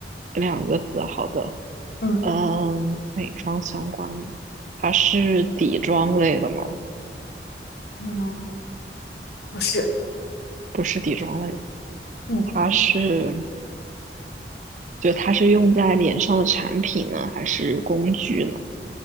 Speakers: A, on the right; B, on the left.
A: 两个字，好的，
B: 嗯
A: 嗯，美妆相关的，它是底妆类的吗？
B: 嗯，不是，
A: 不是底妆类的
B: 嗯
A: 它是，就它是用在脸上的产品呢，还是工具呢？